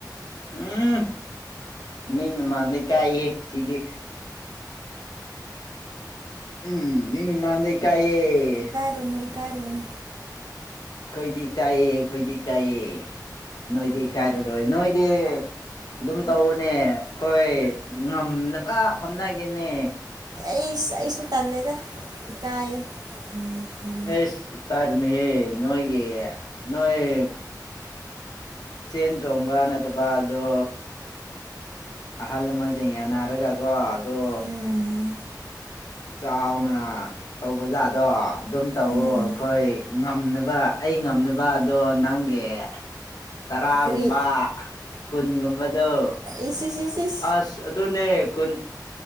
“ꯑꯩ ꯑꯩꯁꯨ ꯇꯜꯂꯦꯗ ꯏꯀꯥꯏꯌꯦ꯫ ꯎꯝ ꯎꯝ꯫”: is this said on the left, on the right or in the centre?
Right